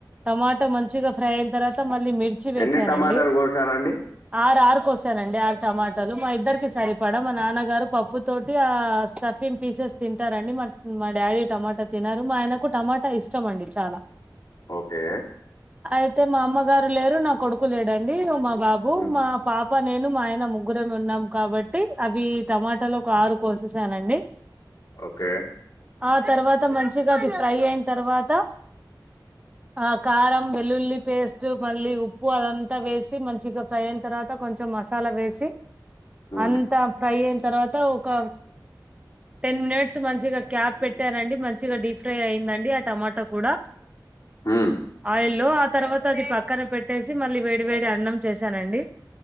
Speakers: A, on the right; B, on the left.
A: టమాటో మంచిగా ఫ్రై అయిన తర్వాత మళ్ళీ మిర్చి వేసానండి
B: ఎన్ని టమాటాలు కోశారండి
A: ఆరు ఆరు కొసనండి ఆరు టమాటలు మా ఇద్దరికి సరిపడా మా నాన్నగారు పప్పుతోటి ఆ స్టఫింగ్ పీసెస్ తింటారండి మా మా డాడీ టమాటా తినరు మా ఆయనకు టమాటా ఇష్టం అండి చాలా
B: ఓకే
A: అయితే మా అమ్మగారు లేరు నా కొడుకు లేడండి మా బాబు
B: మ్మ్
A: మా పాప్ ప నేను మా ఆయన ముగ్గురేం ఉన్నాం కాబట్టి అవి టమాటాలో ఒక ఆరు కోస్ చూసానండి
B: ఓకే
A: ఆ తర్వాత మంచిగా అది ఫ్రై అయిన తర్వాత ఆ కారం వెళ్లుల్లి పేస్ట్ మళ్ళీ ఉప్పు అదంతా వేసి మంచిగా ఫ్రై అయిన తర్వాత కొంచెం మసాలా వేసి
B: మ్మ్
A: అంతా ఫ్రై అయిన తర్వాత ఒక టెన్ మినిట్స్ మంచిగా గ్యాప్ పెట్టానండి మంచిగా డీఫ్రై అయిందండి ఆ టమాటా కూడా
B: మ్మ్
A: ఆయిల్ల్లో ఆ తర్వాత అది పక్కన పెట్టేసి మళ్ళీ వేడి వేడి అన్నం చేశానండి